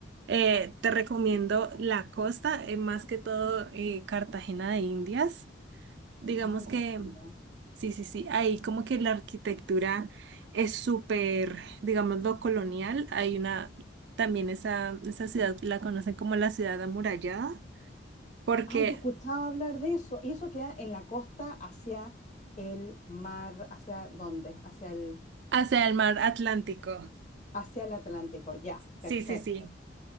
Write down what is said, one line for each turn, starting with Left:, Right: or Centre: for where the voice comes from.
Right: eh, te recomiendo la costa, eh, más que todo eh, Cartagena de Indias. Digamos
Left: Ay,
Right: que
Left: qué lindo.
Right: Sí, sí, sí. Ahí como que la arquitectura es súper, digámoslo, colonial. Hay una, también esa, esa ciudad la conocen como la ciudad amurallada, porque
Left: Ay, yo escuchaba hablar de eso y eso queda en la costa hacia el mar, ¿hacia dónde? Hacia el,
Right: hacia
Left: el-
Right: el mar Atlántico.
Left: hacia el Atlántico. Ya,
Right: Sí,
Left: perfecto.
Right: sí, sí.